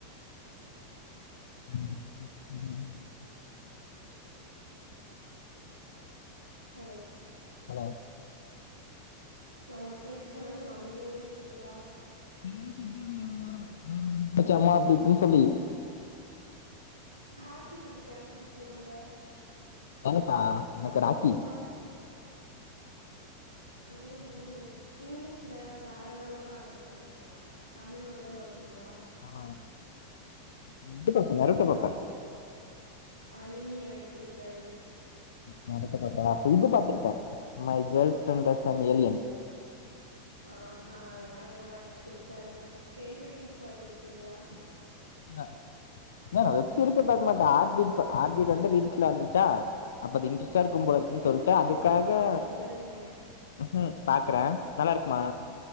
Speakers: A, on the left; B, on the right.
A: <inaudible>
B: ஹலோ
A: ஹலோ
B: நா உங்கள பேச சொன்னா நீங்க அமைதியாவே இருக்கீங்ளா
A: பேசிட் தா இருந்தே இவ்ளோ நேரோ டூர் ஒடஞ்சி போச்சாமா அப்டி இப்டின் சொல்லி
B: ஹார்ட் பீட்ல உங்ளுக்கு யார புடிக்கு ரொம்ப
A: எனக்கா எனக்கு ராக்கி
B: ஆ ஓஹோ இங்கிலீஷ்ல வேற எதால பாக்க மாட்டீங்ளா தமிழ் மட்டுந்தா பாப்பீங்ளா
A: ஆமா அப்றோ இது பாப்பே நரட்டோ பாப்பே
B: அவனையுமே எனக் பிடிக்காது
A: நரட்டோ பாப்பே அப்ப இது பாத்துருக்கே my girlfriend is an alien
B: ஆஹா அதெல்லா எனக்கு புடிக்காதுங்க ஸ்டரேஞ்சர் திங்ஸ் பாத்துருக்கீங்ளா
A: என்ன ஏங்க வெப்சீரிஸ்ஸே
B: இல்லையா
A: பாக்க மாட்டே ஆட் பீட் பா ஆட் பீட் வந்து ரீல்ஸ்ல வந்துருச்சா அப்ப அது இன்ட்ரெஸ்ட்டா இருக்கும்போல
B: ஸ்ட்ரேஞ்சர்
A: இருக்குன் சொல்ட்டு
B: திங்ஸ்
A: அதுக்காக
B: பாக்க மாட்டீங்களா நீங்க
A: ம் ஹூ பாக்குறே நல்லாருக்குமா